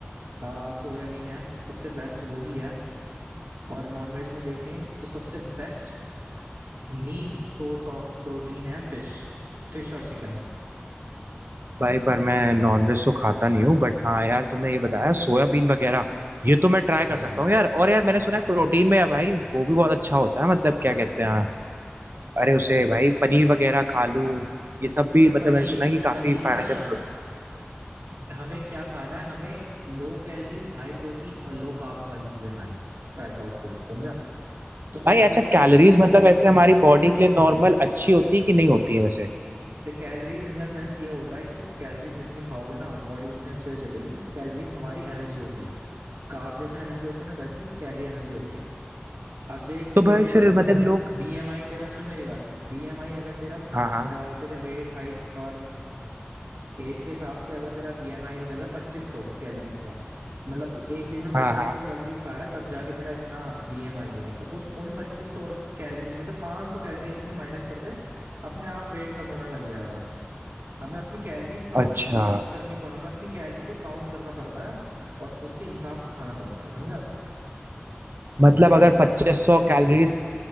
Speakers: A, on the right; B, on the right.
A: आ, सोयाबीन है सबसे बेस्ट वही है और नॉन वेज में देखें तो सबसे best lean source of protein है फिश फिश और चिकन
B: भाई पर मैं नॉनवेज तो खाता नहीं हूँ बट हाँ यार तुमने ये बताया सोयाबीन वगैरह ये तो मैं ट्राई कर
A: हाँ
B: सकता हूँ यार और यार मैंने सुना है प्रोटीन में भाई वो भी बहुत अच्छा होता है मतलब क्या कहते हैं अरे उसे भाई पनीर वगैरह खा लूं ये सब भी
A: तो
B: मतलब
A: पनीर
B: मैंने सुना है कि काफी
A: पनीर
B: फायदेमंद
A: में ना
B: होता है
A: हमें क्या खाना है हमें लो कैलोरीज हाई प्रोटीन और लो कार्ब्स वाली चीजें खानी फैट लॉस के लिए समझा तो
B: भाई
A: ऐसे
B: अच्छा
A: ऐसे
B: कैलोरीज
A: पनीर भी बहुत
B: मतलब
A: बढ़िया
B: ऐसे
A: चीज
B: हमारी
A: है
B: बॉडी के लिए नॉर्मल अच्छी होती है कि नहीं होती है वैसे
A: The calories in the sense ये होता है कि कैलोरीज जितनी खाओगे ना बॉडी उतनी अच्छे से चलेगी कैलोरीज हमारी एनर्जी होती है कार्ब जैसा एनर्जी होती है ना वैसी कैलोरी एनर्जी होती है अब जे
B: तो
A: तेरे
B: भाई फिर
A: कम से
B: मतलब
A: कम
B: लोग
A: बीएमआई तेरा सुन मेरी बात बीएमआई अगर तेरा अ,
B: हाँ हाँ
A: तेरे वेट हाइट और एज के हिसाब से अगर तेरा बीएमआई निकल रहा पच्चीस सौ कैलोरीज का मतलब तू एक दिन में पच्चीस
B: हाँ हाँ
A: सौ कैलोरीज खा रहा है तब जाके तेरा इतना बीएमआई है तो उस उन पच्चीस सौ कैलोरीज में से पांच सौ कैलोरी अपनी माइनस कर दे अपने आप वेट कम होना लग जाएगा हमें अपनी कैलोरीज काउंट
B: अच्छा
A: करनी पड़ हमें अपनी कैलोरी को काउंट करना पड़ता है और उसके हिसाब से खाना पड़ता है समझा
B: मतलब
A: अपना वेट
B: अगर
A: कम करने
B: पच्चीस
A: के लिए
B: सौ कैलोरीज